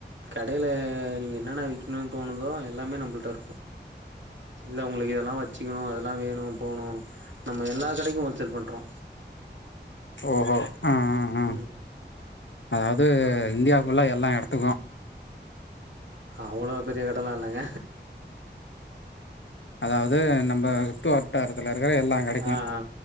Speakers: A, on the right (about 80°); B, on the left (about 85°).
A: கடையி நீங்க என்னென்ன விக் கினு தோணுதோ எல்லாமே நம்மள்ட்ட இருக்கு இல்ல உங்களுக்கு இதெல்லாம் வச்சுக்கணு அதெல்லா வேணு போணு நம்ம எல்லா கடைக்கு ஹோல்சேல் பண்றோ
B: ஓஹோ ஆ ஆ ஆ
A: ம்
B: அதாவது இந்தியாக்குள்ள எல்லா இடத்துக்கு
A: அவ்வளோ பெரிய கடலா இல்லங்க
B: அதாவது நம்ம சுட்டு வட்டாரத்துல இருக்கி எல்லா கடைக்கு
A: ஆ ஆ